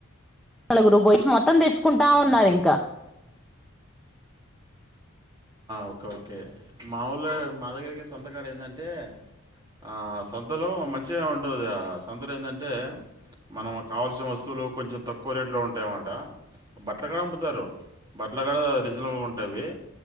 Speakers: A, in the centre; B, on the right (about 20°).
A: నాలుగు రూపాయిస్ మొత్తం తెచ్చుకుంటా
B: ఆ!
A: ఉన్నారు ఇంకా
B: ఓకే ఓకే మాఊలు మా దగ్గరికి సంతకాడ ఏంటంటే ఆ సొంతలో మంచి మంచిగా ఉంటుంది సంతలు ఏంటంటే మనం కావాల్సిన వస్తువులు కొంచెం తక్కువ రేట్లో ఉంటాయన్నమాట బట్టలకాడ అమ్ముతారు బట్టలకాడ రీజనబల్గా ఉంటువి